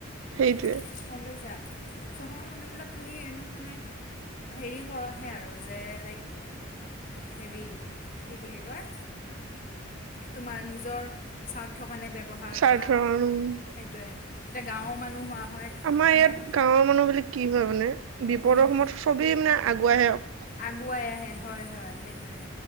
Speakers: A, on the right; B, on the left.
A: সেইটোৱে
B: <unintelligible> চহৰৰ মানুহবিলাক খালী এনে মানে হেৰি কৰাহে আৰু যে লাইক হেৰি কি বুলি কয় তোমাৰ নিজৰ স্বাৰ্থ। মানে ব্যৱহাৰ
A: স্বাৰ্থৰ
B: কৰা,
A: কাৰণে
B: সেইটোৱে। এতিয়া গাঁওৰ মানুহ হোৱা হয়
A: আমাৰ
B: তোমাক
A: ইয়াত গাঁৱৰ মানুহ বিলাক কি হয় মানে? বিপদৰ
B: উম
A: সময়ত চবেই মানে আগুৱাই হেঅক
B: আগুৱাই আহে হয় হয় সেইটোৱে।